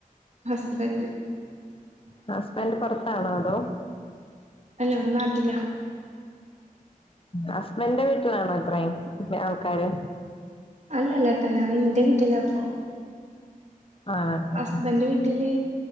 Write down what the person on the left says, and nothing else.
ഹസ്ബൻറ് പുറത്താണോ അതോ
ഹസ്ബൻന്റെ വീട്ടിലാണോ ഇത്രേം പിന്നെ ആൾക്കാര്
ആണല്ലേ